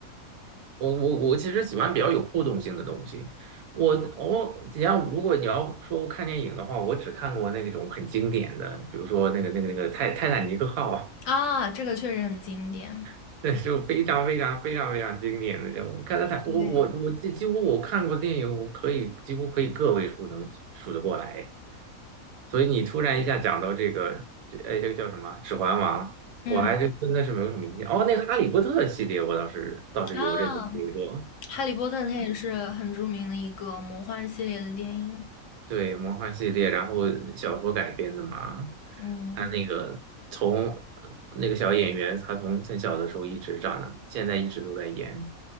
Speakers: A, on the right (about 80°); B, on the left (about 65°).
A: 我我我其实喜欢比较有互动性的东西。我我你要如果你要说我看电影的话，我只看过那种很经典的，比如说那个那个那个泰泰坦尼克号，
B: 啊。这个确实很经典，
A: <laughs> 那就非常非常非常非常经典的那种。看泰坦，
B: 对，
A: 我我我几几乎我看过电影，我可以几乎可以个位数能数得过来。所以你突然一下讲到这个，这哎这个叫什么《指环王》，
B: 嗯
A: 我还就真的是没有什么印象。哦，那个《哈利波特》系列我倒是倒是有认真追过。
B: 啊，《哈利波特》它也是很著名的一个魔幻系列的电影，
A: 对，魔幻系列，然后小说改编的嘛，
B: 嗯
A: 他那个从呃那个小演员，他从很小的时候一直长的，现在一直都在演。